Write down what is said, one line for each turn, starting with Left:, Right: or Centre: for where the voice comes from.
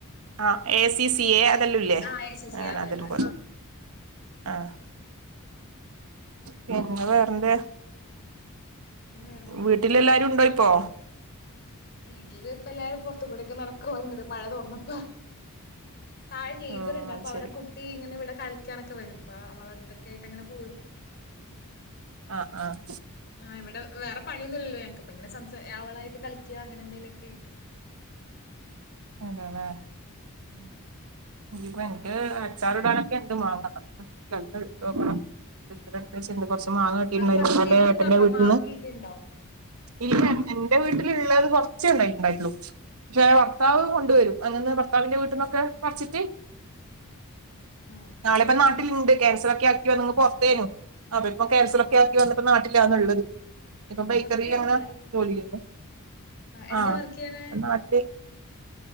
Right: ആഹ് എ സി സി എ അതെല്ലാംല്ലേ
Left: ആ എസിസി അത്
Right: അതലും
Left: തന്നെ.
Right: പോലും-
Left: ആ.
Right: ആഹ്. പിന്നെ വേറെന്തേ?
Left: പിന്നെ വേറൊന്നുല്ല
Right: വീട്ടിലെല്ലാരും ഉണ്ടോ ഇപ്പോ?
Left: വീട്ടില് ഇപ്പം എല്ലാരും പുറത്ത് കൂടൊക്കെ നടക്കുവ ഇങ്ട് മഴ തോർന്നപ്പോ. താഴെ നെയ്ബറുണ്ട്.
Right: ആ അത്
Left: അപ്പൊ അവരെടെ
Right: ശരി
Left: കുട്ടി ഇങ്ങനെ ഇവിടെ കളിക്കാനൊക്കെ വരും. അപ്പൊ അവളടുത്തൊക്കെ ആയിട്ട് അങനെ പോകും.
Right: ആഹ് ആഹ്.
Left: ആഹ് ഇവിടെ വേറെ പണിയൊന്നുമില്ലല്ലോ ഞങ്ങൾക്കിപ്പോ ഇങ്ങനെ സംസാരിക്കുക, അവളായിട്ട് കളിക്കുക അങ്ങനെന്തങ്കലൊക്കെ ആയിട്ട്.
Right: അതല്ലേ.?
Left: ഉം.
Right: ഇത് ഇപ്പം എനിക്ക് അച്ചാർ ഇടാനൊക്കെ ഉണ്ട് മാങ്ങ. ഇനിയിപ്പം ഇട്ട് വെക്കണം. ഇപ്രാവിശ്യം കുറച്ച് മാങ്ങ കിട്ടിട്ടുണ്ടായിന്
Left: പറിച്ച് വീട്ടിലുണ്ടോ
Right: ഏട്ടന്റെ
Left: അപ്പൊ
Right: വീട്ടിൽ
Left: മാങ്ങയൊക്കെ
Right: നിന്ന്
Left: ഉണ്ടോ
Right: ഇല്ല എന്റെ വീട്ടിലുള്ളത് കുറച്ചേ ഉണ്ടായിട്ടുണ്ടായിട്ടുള്ളു. പക്ഷെ ഭർത്താവ് കൊണ്ടുവരും. അങ്ങന്ന് ഭർത്താവിന്റെ വീട്ടിന്നൊക്കെ പറച്ചിട്ട്.
Left: ആ കൊണ്ടുവരും
Right: ആളിപ്പം നാട്ടിലുണ്ട്. കാൻസലൊക്കെ ആക്കി വന്നു. അങ്ങ് പുറത്തേനു, അപ്പൊ ഇപ്പോ കേൻസലൊക്കെ
Left: പൊ-
Right: ആക്കി വന്നിപ്പോ നാട്ടിലാണുള്ളത്. ഇപ്പൊ ബേക്കറിയിൽ,
Left: പുറത്തായിരുന്നല്ലേ
Right: അങ്ങനെ ജോലി ചെയ്യുന്നു.
Left: എന്താ
Right: ആ
Left: വർക്ക് ചെയ്യണേ
Right: ഹ് നാട്ടിൽ